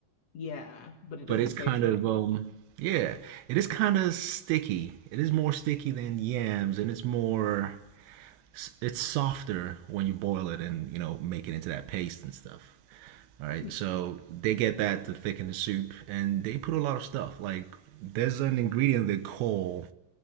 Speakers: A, on the left; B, on the right.
A: Yeah, but it doesn't
B: but it's
A: taste
B: kind
A: like
B: of
A: it.
B: um yeah, it is kind of sticky. It is more sticky than yams, and it's more it's softer when you boil it and you know make it into that paste and stuff. All
A: Mhm.
B: right, so they get that to thicken the soup, and they put a lot of stuff. Like there's an ingredient they call